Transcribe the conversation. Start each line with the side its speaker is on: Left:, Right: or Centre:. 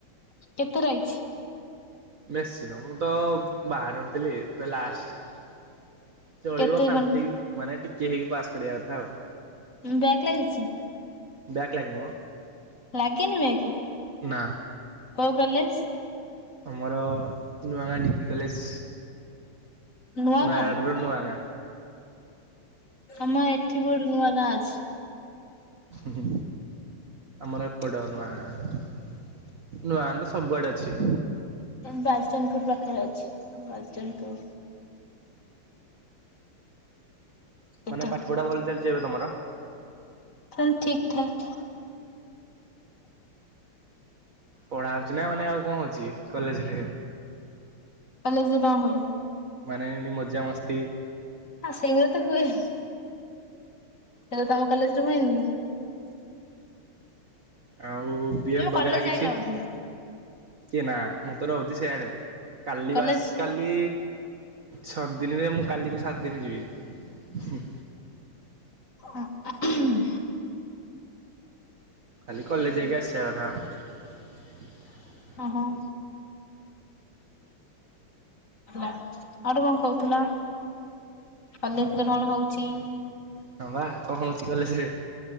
Left: କେତେ ରହିଛି?
Right: ବେଶି ନୁହ ମୁଁ ତ ବାହାରେ ରହୁଥିଲି ପୁରା ଲାଷ୍ଟ। ଚଳିବ
Left: କେତେ
Right: କାନ୍ଥେଇ
Left: ଘଣ୍ଟା
Right: ମାନେ ଟିକେ ହେଇକି ପାସ କରିବା କଥା ଆଉ।
Left: ଉଁ ବ୍ୟାକ ଲାଗିଚି?
Right: ବ୍ୟାକ୍ ଲାଗିନି ମ।
Left: ଲାଗିନି ବ୍ୟାକେ?
Right: ନା।
Left: କୋଉ କଲେଜ୍?
Right: ଆମର ନୂଆ ଗାଁ ଡିଗ୍ରୀ କଲେଜ୍
Left: ନୂଆ
Right: ନୟାଆଡ଼ରୁ
Left: ଗାଁ
Right: ନୁଆଙ୍ଗା।
Left: ଆମର ଏଠି ବି ଗୋଟେ ନୂଆ ଗାଁ ଅଛି।
Right: ହୁଁ ଆମର ଏପଟେ ନୁଆ ଗାଁ। ନୂଆ ଗାଁ ତ ସବୁଆଡେ ଅଛି।
Left: ଏନ୍ ବାଲଚାନ୍ଦପୁର ପାଖରେ ଅଛି ବାଲଚାନ୍ଦପୁର। ତାହେଲେ
Right: ମାନେ ପାଠ୍ ପଢା଼ ଭଲ ଚାଲଚି ଏବେ ତମର?
Left: ଚାଲ ଠିକ୍ ଠାକ୍।
Right: ପଢା଼ ଅଛି ନା ଆଉ ମାନେ ଆଉ କଣ ଅଛି କଲେଜରେ
Left: କଲେଜେରେ ଙ୍କ ହୁଏ
Right: ମାନେ ଏମିତି ମଜାମସ୍ତି
Left: ସେଇଗୁରା ତ ହୁଏ ହେଁ। ସେବେତ ଆମ କଲେଜରେ ହୁଏନିକି?
Right: ଆଉ ବି ଏଫ୍ ବଗେରା
Left: କଲେଜ
Right: କିଛି?
Left: ଯାଇନ ବୋଧେ
Right: ଚିଏନା ମୁଁ ତ ରହୁଛି ସିଆଡ଼େ କାଲି
Left: କଲେଜ
Right: ବାସ କାଲି ଛଅ ଦିନିରେ ମୁଁ କାଲିକୁ ସାତ ଦିନ ଯିବି ହୁଁ
Left: ଆ, <unintelligible>
Right: ଖାଲି କଲେଜ ଯାଇକି ଆସିବା କଥା।
Left: ଓହୋ ଆଉ ଗୋଟେ କଣ କହୁଥିଲା କଲେଜରେ କଣ ହଉଚି?
Right: ହଁ ବା କଣ ହଉଛି କଲେ ସେ